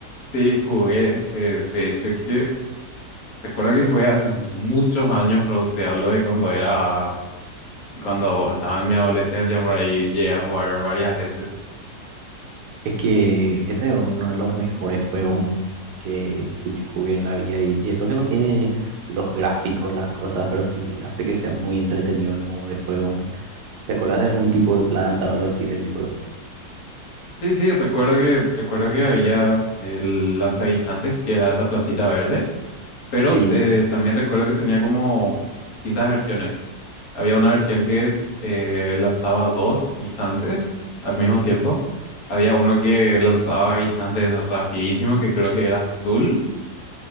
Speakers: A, on the left; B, on the right.
A: sí, jugué. eh, de hecho, que recuerdo que jugué hace muchos años, pero te hablo de cuando era, de cuando estaba en mi adolescencia, por ahí llegué a jugar varias veces.
B: Es que ese es uno de los mejores juegos que, que yo jugué en la vida y y eso que no tiene los gráficos, las cosas, pero sí hace que sea muy entretenido el modo de juego. ¿Te acuerdas de algún tipo de planta o algo así del juego?
A: Sí, sí, recuerdo que, recuerdo que había el lanzaguisantes, que era esa plantita verde. Pero
B: Sí,
A: eh, también recuerdo que tenía como distintas versiones. Había una versión que eh, lanzaba dos guisantes al mismo tiempo. Había uno que lanzaba guisantes rapidísimo, que creo que era azul.